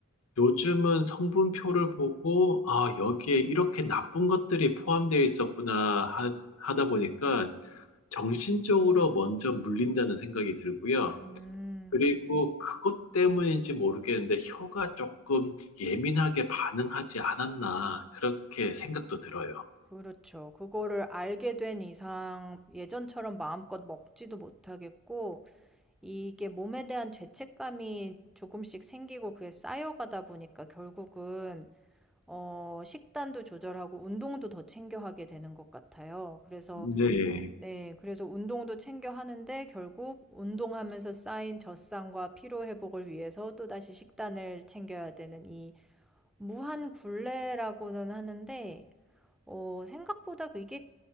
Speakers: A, on the left (about 80°); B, in the centre.
A: 요즘은 성분표를 보고, 아, 여기에 이렇게 나쁜 것들이 포함되어 있었구나 하, 하다 보니까 정신적으로 먼저 물린다는 생각이 들고요.
B: 음.
A: 그리고 그것 때문인지 모르겠는데 혀가 조금 예민하게 반응하지 않았나 그렇게 생각도 들어요.
B: 그렇죠. 그거를 알게 된 이상 예전처럼 마음껏 먹지도 못하겠고 이게 몸에 대한 죄책감이 조금씩 생기고 그게 쌓여가다 보니까 결국은 어 식단도 조절하고 운동도 더 챙겨 하게 되는 것 같아요. 그래서
A: 네.
B: 네. 그래서 운동도 챙겨 하는데 결국 운동하면서 쌓인 젖산과 피로 회복을 위해서 또다시 식단을 챙겨야 되는 이 무한 굴레라고는 하는데 어 생각보다 이게